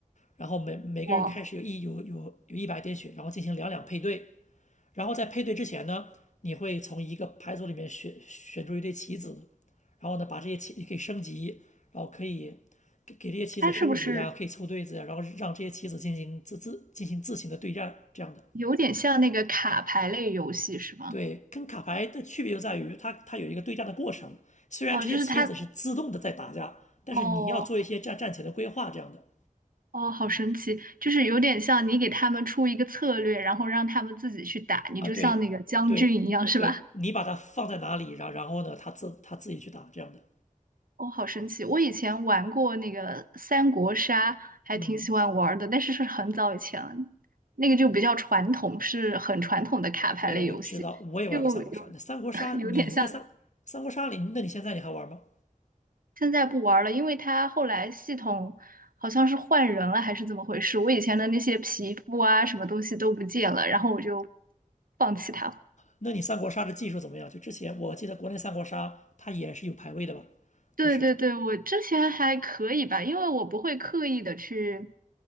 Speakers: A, on the left; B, on the right.
A: 然后每每个人开始有一有有有一百点血，
B: 哇，
A: 然后进行两两配对，然后在配对之前呢，你会从一个牌组里面选选出一对棋子，然后呢，把这些棋你可以升级，然后可以给给这些棋子升级呀、
B: 它是不是
A: 可以凑对子呀、然后让这些棋子进行自自进行自行的对战，这样的。
B: 有点像那个卡牌类游戏是吗？
A: 对，跟卡牌的区别就在于它它有一个对战的过程，虽然这些棋子是自动的在打架，
B: 哦，就是它，
A: 但是你要做一些战战前的规划这样的
B: 哦，哦，好神奇，就是有点像你给他们出一个策略，然后让他们自己去打，你就像那个将军一样，
A: 啊，对对，嗯，
B: 是吧？
A: 对你把它放在哪里，然然后呢，它自它自己去打这样的，
B: <laughs> 哦，好神奇！我以前玩过那个三国杀，还挺喜欢玩儿的，
A: 嗯。
B: 但是是很早以前了，那个就比较传统，是很传统的卡牌类游戏，
A: 对，我知道，我也玩过三国杀。
B: 就有
A: 那三国杀，
B: <laughs> 有点像
A: 你在三三国杀里，那你现在你还玩吗？
B: 现在不玩儿了，因为它后来系统好像是换人了，还是怎么回事？我以前的那些皮肤啊，什么东西都不见了，然后我就放弃它
A: 那你三国杀的技术怎么样？就之前我记得国内三国杀它也是有排位的吧？就是它，
B: 对对对，我之前还可以吧，因为我不会刻意的去